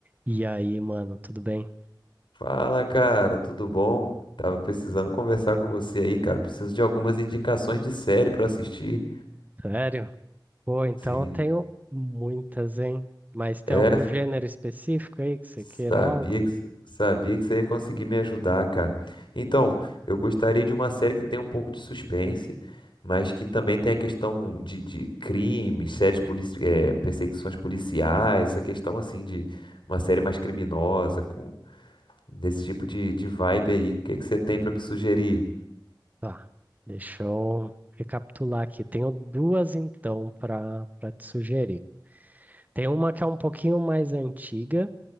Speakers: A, on the right; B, on the left.
A: E aí, mano, tudo bem?
B: Fala, cara, tudo bom? Tava precisando conversar com você aí, cara. Preciso de algumas indicações de série pra assistir.
A: Sério? Pô, então
B: Sim.
A: eu tenho muitas, hein? Mas tem
B: É,
A: algum gênero específico aí que você
B: sabia
A: queira algo?
B: que sabia que você ia conseguir me ajudar, cara. Então, eu gostaria de uma série que tenha um pouco de suspense, mas que também tenha a questão de, de crimes, séries polici é, perseguições policiais, essa questão assim de uma série mais criminosa com desse tipo de, de vibe aí. O que que você tem pra me sugerir?
A: Tá, deixa eu recapitular aqui. Tenho duas então para para te sugerir. Tem uma que é um pouquinho mais antiga,